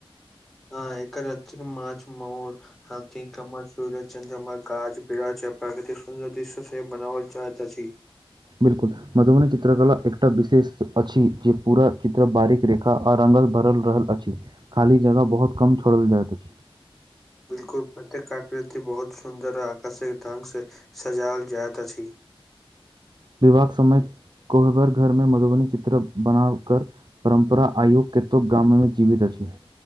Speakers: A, in the centre; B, on the right (about 50°).
A: हँ एकर अक्षिक माछ मोर हाथी कम सूर्य चन्द्र गाछ बिराक्ष प्रकृतिक सुन्दर दृश्य से बनाबल चाहत अछि।
B: बिल्कुल मधुबनी चित्रकला एकटा विशेष अछि जे पूरा चित्र बारीक रेखा आ रंगल भरल रहल अछि। खाली जगह बहुत कम छोड़ल जाइत अछि।
A: बिल्कुल प्रत्यका कृति बहुत सुंन्दर आ आकर्शक ढंग से सजाओल जाइत अछि।
B: विवाह समय कोहबर घरमे मधुबनी चित्र बना कर परम्परा आयु कतुक गाममे जीवित अछि।